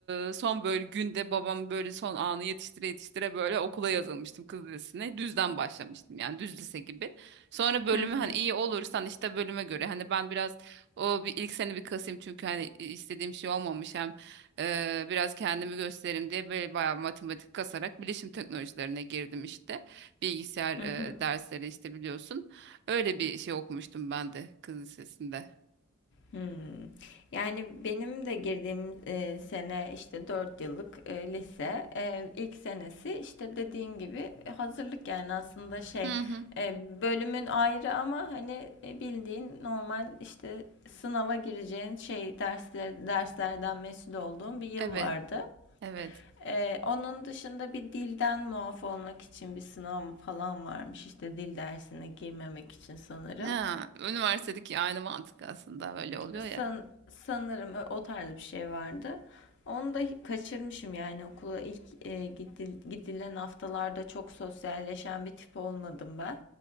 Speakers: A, on the right; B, on the left.
A: E, son böyle günde babam böyle son anı yetiştire yetiştire böyle okula yazılmıştım kız lisesine. Düzden başlamıştım yani düz lise gibi. Sonra bölümü
B: Hı hı.
A: hani iyi olursan işte bölüme göre hani ben biraz o bir ilk sene bir kasayım çünkü hani istediğim şey olmamış hem Eee, biraz kendimi göstereyim diye böyle bayağı matematik kasarak bilişim teknolojilerine girdim işte. Bilgisayar
B: Hı
A: eee,
B: hı.
A: dersleri işte biliyorsun. Öyle bir şey okumuştum ben de kız lisesinde.
B: Hımm. Yani benim de girdiğim, eee, sene, işte, 4 yıllık, eee, lise. Eee, ilk senesi, işte, dediğin gibi e, hazırlık yani aslında şey,
A: Hı hı.
B: eee, bölümün ayrı ama, hani, eee, bildiğin normal, işte, sınava gireceğin şey dersler derslerden mesul olduğum bir yıl
A: Evet,
B: vardı.
A: evet.
B: Eee, onun dışında bir dilden muaf olmak için bir sınav falan varmış, işte, dil dersine girmemek için sanırım.
A: Ha, üniversitedeki aynı mantık aslında böyle oluyor
B: san,
A: ya.
B: sanırım o tarz bir şey vardı. Onu da kaçırmışım yani okula ilk e, gidil- gidilen haftalarda çok sosyalleşen bir tip olmadım ben.